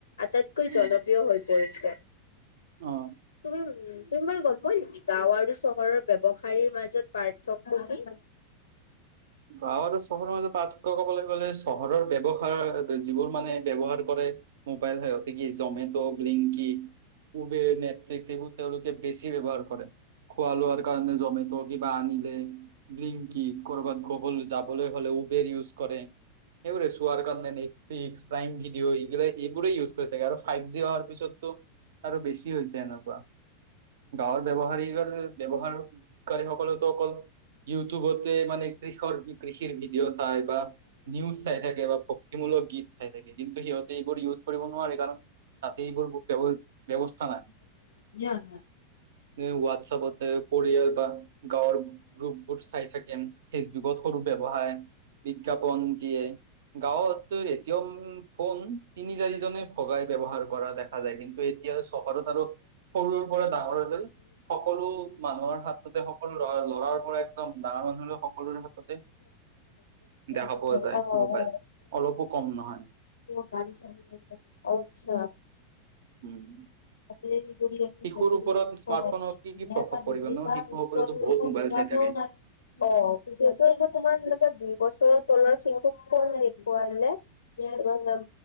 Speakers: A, on the left; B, on the right.
A: আটাইতকৈ
B: উম
A: জনপ্ৰিয় হৈ পৰিছে।
B: অ'
A: তুমি- তুমি বাৰু গম পোৱা নেকি? গাও আৰু চহৰৰ ব্যবসায়ীৰ মাজত পাৰ্থক্য কি?
B: গাঁও আৰু চহৰৰ মাজত পাৰ্থক্য ক'বলৈ গ'লে চহৰৰ ব্যৱসায়- যিবোৰ মানে ব্যৱহাৰ কৰে। মোবাইল সতি কি জমেট লিংকি। উবেৰ, নেটফ্লিক্স এই বোৰ তেওঁলোকে বেছি ব্যৱহাৰ কৰে। খোৱা লোৱাৰ কাৰণে জমেট' কিবা আনিলে। ব্লিংকিত কৰ'বাত যাবলৈ হ'লে উবেৰ ইউজ কৰে। সেইবোৰে টোহাৰ কাৰনে নেটফ্লিক্স প্ৰাইম ভিডিঅ এই, এইব ইউজ কৰি থাকে, আৰু ফাইভ জি হাৰ পিছতো আৰু বেছি হৈছে। এনেকুৱা, গাঁৱৰ ব্যৱহাৰী ব্যৱহাৰ <unintelligible> সকলেতো অকল ইউটিউবতে মানে। কৃষ, কৃষিৰ ভিডিঅ, চাই বা নিউজ চাই থাকে, বা ভক্তিমূলক গীত। চাই থাকে। কিন্তু সিহঁতে এইবোৰ ইউজ কৰিব নোৱাৰে। কাৰণ তাতে এইবোৰ ব্যৱস্থা নাই।
A: ন', ন,
B: হোৱাটছএপতে পৰিয়াল বা গাঁৱৰ গ্ৰুপবোৰ চাই থাকে। ফেচবুকত সৰু ব্যৱসায়, বিজ্ঞাপন কি? গাঁৱত এতিয়াও ফোন তিনি চাৰিজনেই ভগাই ব্যৱহাৰ কৰা দেখা যায়, কিন্তু এতিয়া চহৰত আৰু সৰুৰ পৰা ডাঙৰ <unintelligible> সকলো মানুহৰ হাততে সকলো ল, লৰাৰ পৰা একদম ডাঙৰ মানুহলে সকলোৰে হাততে দেখা
A: পইচা
B: পোৱা যায়,
A: অ
B: মোবাইল
A: অ
B: অলপো কম নহয়।
A: <unintelligible> <unintelligible> আচ্ছা,
B: উম',
A: <unintelligible>
B: শিশুৰ
A: ধুনটা
B: ওপৰত স্মাৰ্টফোনৰ
A: এটা
B: কি কি প্ৰভাৱ পৰিব
A: নোৱটোও
B: ন শিশুসকলেতো বহুত
A: নাই।
B: মোবাইল চাই থাকে
A: অ', সিহেতুৌ তোমাৰ এনেকে দুই বছৰৰ তলৰ শিংশুখন দেখুৱে।